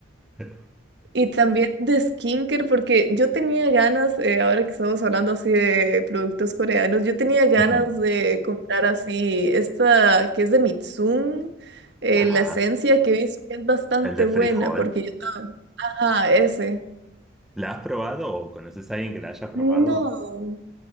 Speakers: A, in the centre; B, on the right.
A: <laughs>
B: Y también de skincare, porque yo tenía ganas, eh, ahora que estamos hablando así de productos coreanos, yo tenía ganas
A: Ujú.
B: de comprar así esta que es de Mitsum, eh,
A: Ajá.
B: la esencia que he visto que es bastante
A: El de
B: buena,
A: frijol.
B: porque yo estaba... Ajá, ese.
A: ¿La has probado o conoces a alguien que la haya probado?
B: No.